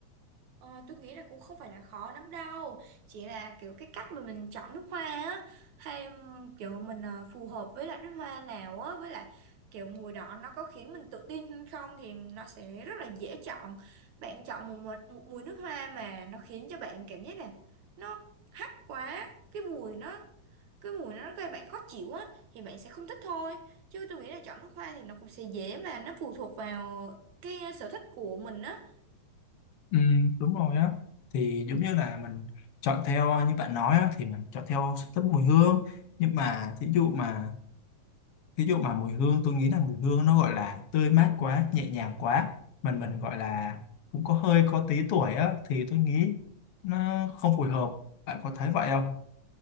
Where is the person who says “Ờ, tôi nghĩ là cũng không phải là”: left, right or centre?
Right